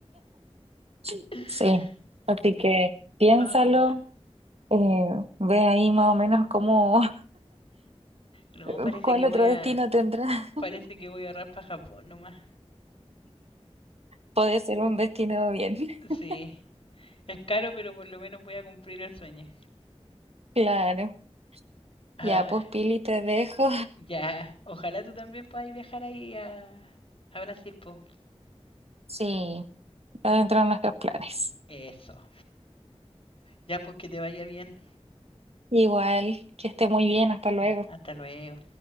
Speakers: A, on the right (about 65°); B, on the left (about 55°).
A: Sí.
B: <laughs>
A: Sí, así que piénsalo,
B: Ah,
A: eh, ve ahí más o menos cómo,
B: no,
A: <laughs>
B: parece
A: cuál
B: que
A: otro
B: voy a.
A: destino tendrás. <laughs>
B: Parece que voy a ahorrar para Japón nomás.
A: Puede ser un destino bien, <laughs>
B: Sí. Es caro, pero por lo menos voy a cumplir el sueño.
A: claro.
B: Ah,
A: Ya, pues Pili, te dejo.
B: ya. Ojalá tú también puedas viajar ahí a, a Brasil, po.
A: <laughs> Sí, está dentro de nuestros planes.
B: Eso. Ya, pues que te vaya bien.
A: Igual, que esté muy bien, hasta luego.
B: Ah, Hasta luego.